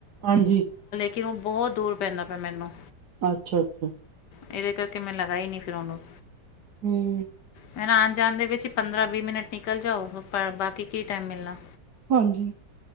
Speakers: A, on the right; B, on the left.
A: ਹਾਂਜੀ।
B: ਕਿ ਬਹੁਤ ਦੂਰ ਪੈਂਦਾ ਪਿਆ ਮੈਨੂੰ
A: ਅੱਛਾ-ਅੱਛਾ।
B: ਇਹਦੇ ਕਰਕੇ ਮੈਂ ਲਗਾ ਹੀ ਨਹੀਂ ਫਿਰ ਉਹਨੂੰ,
A: ਹੂੰ।
B: ਫੇਰ ਆਣ ਜਾਣ ਦੇ ਵਿੱਚ ਹੀ ਪੰਦਰਾਂ ਵੀਹ ਮਿੰਟ ਨਿਕਲ ਜਾਓ, ਬਾਕੀ ਕੀ ਟਾਈਮ ਮਿਲਣਾ।
A: ਹਾਂਜੀ,